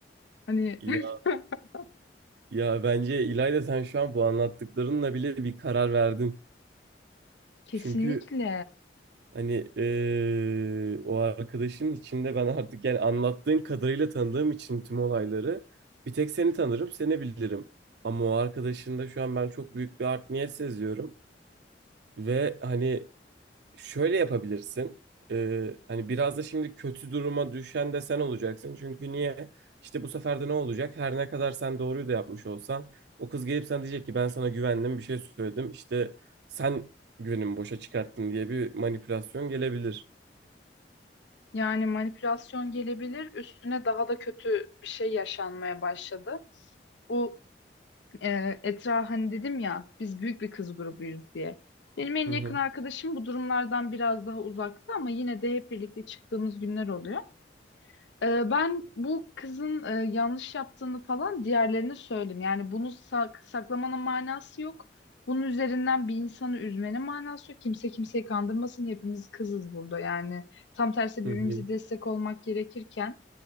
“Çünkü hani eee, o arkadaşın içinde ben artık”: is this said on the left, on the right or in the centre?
Right